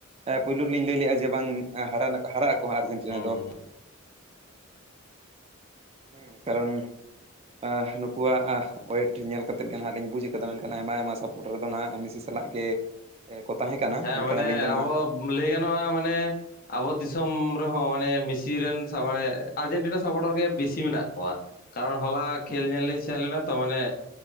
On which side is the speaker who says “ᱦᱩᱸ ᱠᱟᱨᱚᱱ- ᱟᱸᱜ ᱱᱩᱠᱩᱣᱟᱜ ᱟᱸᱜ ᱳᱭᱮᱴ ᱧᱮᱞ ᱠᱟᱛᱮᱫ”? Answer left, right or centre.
Right